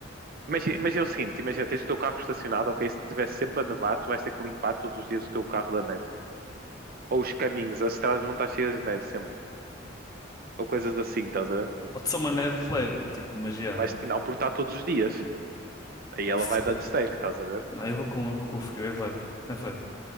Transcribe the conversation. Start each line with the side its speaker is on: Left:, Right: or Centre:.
Right: Imagina, imagina o seguinte, imagina, tens o teu carro estacionado, ok? Se estiver sempre a nevar, tu vais ter que limpar todos os dias o teu carro da neve. Ou os caminhos, as estradas vão estar cheias de neve sempre. Ou coisas assim, estás a ver?
Left: Pode ser uma neve leve, tipo, mas yeah.
Right: Mas não por estar todos os dias. Aí ela
Left: <laughs>
Right: vai dando stack, estás a ver?
Left: Não, eu vou com, eu vou com o frio, é vibe, é vibe.